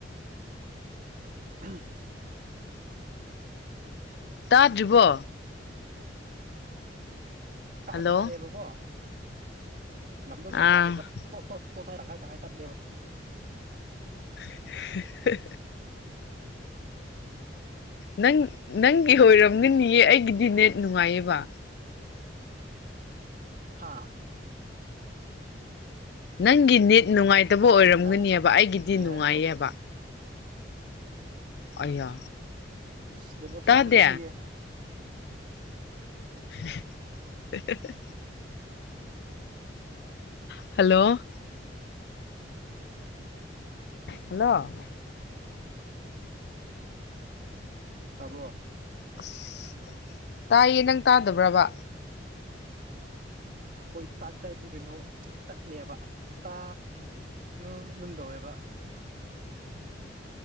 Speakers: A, on the right (about 45°); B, on the left (about 60°).
A: <unintelligible>
B: ꯇꯥꯗ꯭ꯔꯤꯕꯣ
A: ꯇꯥꯗꯤ
B: ꯍꯜꯂꯣ
A: ꯇꯥꯏꯌꯦꯕꯀꯣ ꯂꯝꯗꯣ
B: ꯑꯥ
A: ꯁꯦꯡ ꯇꯥꯗꯦꯕ ꯇꯣ ꯇꯣꯠ ꯇꯣꯠ ꯍꯥꯏ ꯇꯪꯈꯥꯏ ꯇꯪꯈꯥꯏ ꯇꯠꯂꯦꯕ
B: <unintelligible> ꯅꯪ ꯅꯪꯒꯤ ꯑꯣꯏꯔꯝꯒꯅꯤꯌꯦ ꯑꯩꯒꯤꯗꯤ ꯅꯦꯠ ꯅꯨꯡꯉꯥꯏꯌꯦꯕ꯫
A: ꯍꯥꯥ
B: ꯅꯪꯒꯤ ꯅꯦꯠ ꯅꯨꯡꯉꯥꯏꯇꯕ ꯑꯣꯏꯔꯝꯒꯅꯤꯕ
A: ꯅꯪ
B: ꯑꯩꯒꯤꯗꯤ
A: ꯀꯔꯤ
B: ꯅꯨꯡꯉꯥꯏꯌꯦꯕ꯫
A: ꯍꯥꯏꯕ꯭ꯔꯣ
B: ꯑꯌꯥ
A: ꯅꯦꯠꯋꯔꯛꯁꯤꯗꯤ
B: ꯇꯥꯗꯦ
A: ꯐꯖꯗꯤꯌꯦ꯫
B: <unintelligible> ꯍꯜꯂꯣ ꯍꯜꯂꯣ
A: ꯇꯥꯕ꯭ꯔꯣ?
B: ꯑꯁ ꯇꯥꯏꯌꯦ ꯅꯪ ꯇꯥꯗꯕ꯭ꯔꯕ?
A: ꯍꯣꯏ <unintelligible> <unintelligible> <unintelligible> ꯀꯩꯅꯣ ꯇꯠꯂꯦꯕ ꯇꯥ ꯑꯗꯨꯝ ꯇꯧꯋꯦꯕ